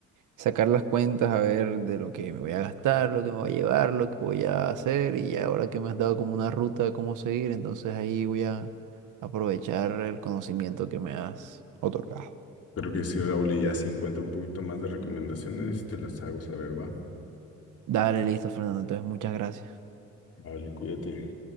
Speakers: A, on the right; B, on the left.
A: sacar las cuentas a ver de lo que me voy a gastar, lo que me voy a llevar, lo que voy a hacer y ya ahora que me has dado como una ruta de cómo seguir, entonces ahí voy a aprovechar el conocimiento que me has otorgado.
B: Creo que sí, Raúl, y ya si encuentro un poquito más de recomendaciones, te las hago saber, va.
A: Dale, listo, Fernando. Entonces, muchas gracias.
B: Vale, cuídate.